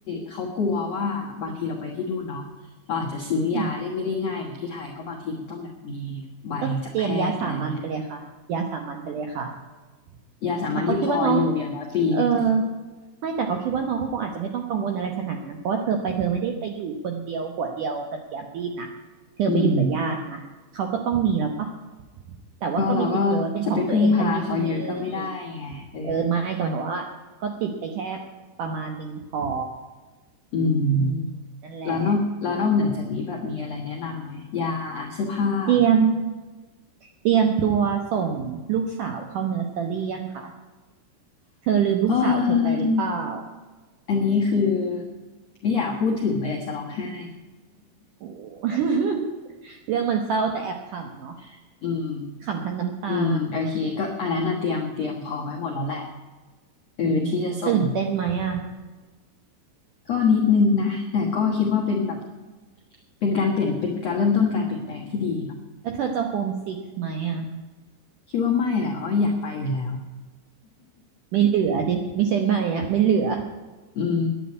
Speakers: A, on the left; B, on the right.
A: เขากลัวว่าบางทีเราไปที่นู่นเนาะเราอาจจะซื้อยาได้ไม่ได้ง่ายเหมือนที่ไทยเพราะบางทีมันต้องแบบมี
B: อืม
A: ใบจากแพทย์อะไรเงี้ย
B: ก็เตรียมยาสามัญไปเลยค่ะยาสามัญไปเลยค่ะ
A: ยาสามัญที่พออยู่อย่างน้อยปีหนึ่ง
B: แต่เขาคิดว่าน้องเออ ไม่แต่เขาคิดว่าน้องก็คงอาจจะไม่ต้องกังวลอะไรขนาดนั้นเพราะว่าเธอไปเธอไม่ได้ไปอยู่คนเดียวหัวเดียวกระเทียมรีบนะเธอไปอยู่กับญาตินะเขาก็ต้องมีแล้วปะ
A: อืม
B: แต่ว่าก็มีติดตัวไว้เป็นของตัวเองสักนิดนึง
A: ก็เราก็จะไปพึ่งพาเขาเยอะก็ไม่ได้ไงเออ
B: เออไม่ก็หมายความว่าก็ติดไปแค่ประมาณหนึ่งพอ
A: อืม
B: อืมนั่นแหละ
A: แล้วนอกแล้วนอกเหนือจากนี้แบบมีอะไรแนะนำไหมยาอ่ะเสื้อผ้า <laughs>
B: เตรียมเตรียมตัวส่งลูกสาวเข้าเนอร์เซอรี่ยังคะเธอลืมลูกสาวเธอไปหรือเปล่า
A: เอออันนี้คือไม่อยากพูดถึงเลยอยากจะร้องไห้
B: โอ้ <laughs> เรื่องมันเศร้าแต่แอบขำเนาะ
A: <laughs> อืม
B: ขำทั้งน้ำตา
A: อืมโอเคก็อันนั้นน่ะเตรียมเตรียมพร้อมไว้หมดแล้วแหละเออที่จะส่ง
B: อืมตื่นเต้นไหมอ่ะ
A: ก็นิดนึงนะแต่ก็คิดว่าเป็นแบบเป็นการเปลี่ยนเป็นการเริ่มต้นการเปลี่ยนแปลงที่ดี
B: แล้วเธอจะโฮมซิกไหมอ่ะ
A: คิดว่าไม่แหละเพราะอยากไปอยู่แล้ว
B: ไม่เหลือดิ ไม่ใช่ไม่อ่ะ ไม่เหลือ
A: อืม